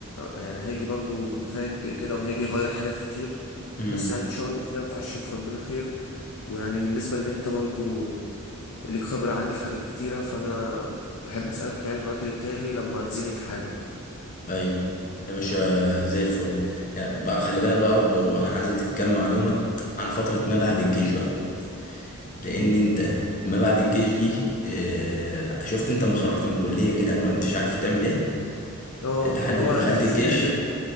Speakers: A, on the left; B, on the left.
A: يعني هيجي برضه مفاجئ كده وهيجي يغير حاجات كتير
B: امم
A: بس يعني إن شاء الله خير متعشم في ربنا خير ويعني بالنسبة لأن أنت برضه ليك خبرة عني في حاجات كتيرة فأنا بحب أسألك يعني من وقت للتاني لما تزني في حاجة وكده
B: ايوه يا باشا زي الفل يعني بقى خلي بالك بقى برضه انا عايز اديك كام معلومه عن فتره ما بعد الجيش بقى لان
A: مم.
B: انت ما بعد الجيش دي آه، شفت انت لما خرجت من الكليه كده ما انتش عارف تعمل ايه
A: اه
B: لحد
A: اللي هو
B: ما دخلت
A: تحس
B: الجيش
A: إعداد